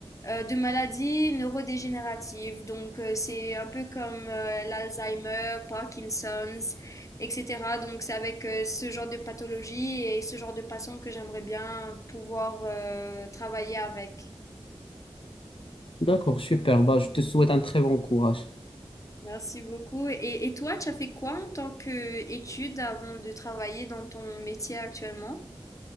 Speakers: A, on the left; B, on the left.
A: euh, de maladies neurodégénératives. Donc, euh, c'est un peu comme euh, l'Alzheimer, Parkinson's, etc. Donc, c'est avec euh, ce genre de pathologie et ce genre de patients que j'aimerais bien pouvoir euh, travailler avec.
B: D'accord, super. Bah, je te souhaite un très bon courage.
A: Merci beaucoup. Et, et toi, tu as fait quoi en tant qu'étude avant de travailler dans ton métier actuellement?